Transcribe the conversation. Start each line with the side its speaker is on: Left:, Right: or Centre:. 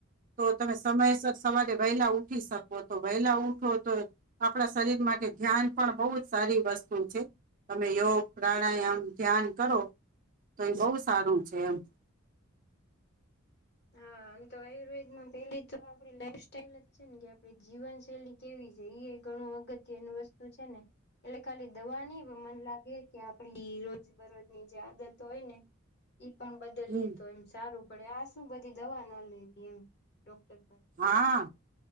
Right: તો, તમે સમયસર સવારે વહેલા ઉઠી શકો. તો વહેલા ઉઠો તો, આપણા શરીર માટે ધ્યાન પણ બહુ જ સારી વસ્તુ છે. તમે યોગ, પ્રાણાયામ, ધ્યાન કરો. તો, ઈ બહુ સારું છે એમ.
Left: હા. આમ તો, આયુર્વેદમાં પેલી તો આપડી લાઈફ સ્ટાઈલ જ છે ને કે, આપડી જીવનશૈલી કેવી છે. એ ઘણું અગત્યનું વસ્તુ છે ને. એટલે ખાલી દવા <unintelligible> મન લાગે કે આપડી રોજ બરોજની જે આદતો હોય ને ઈ પણ બદલીએ
Right: હમ
Left: તો એમ સારું. પળ્યાસ શું બધી દવા ના લેવી એમ, ડોક્ટર પાસે
Right: હા.